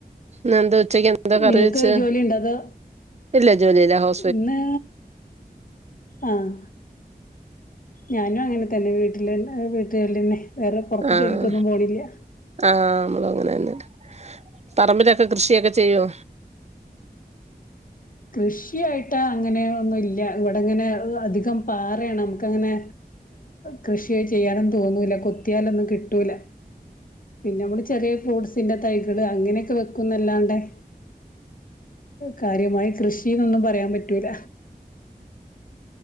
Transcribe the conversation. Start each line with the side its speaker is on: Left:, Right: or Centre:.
Right: ഇന്നെന്ത് ഉച്ചെക്കെന്ത കറി
Left: നിങ്ങക്ക്
Right: വെച്ച്.
Left: ജോലി ഉണ്ടോ അതോ
Right: ഇല്ല ജോലില്ല. ഹോ
Left: ഇന്ന് ആഹ് ഞാനും അങ്ങനെ തന്നെ വീട്ട്ല് ഏഹ് വീട്ട് ജോലിന്നെ. വേറെ പൊറത്ത്
Right: ആഹ്
Left: ജോലിക്കൊന്നും പോണില്യാ.
Right: ആഹ് നമ്മളും അങ്ങനെന്നെ. പറമ്പിലൊക്ക കൃഷിയൊക്കെ ചെയ്യോ.
Left: കൃഷിയായിട്ട് അങ്ങനെ ഒന്നു ഇല്ല. ഇവിടങ്ങനെ അധികം പാറേണ്. നമുക്കങ്ങനെ കൃഷി ചെയ്യാനൊന്നും തോന്നൂല്ല. കൊത്തിയാലൊന്നും കിട്ടൂല. പിന്നെ നമ്മള് ചെറിയ ഫ്രൂട്ട്സിന്റെ തൈകള് അങ്ങനെയൊക്ക വെക്കുന്നല്ലാണ്ടെ. കാര്യമായി കൃഷീന്നൊന്നും പറയാ പറ്റൂല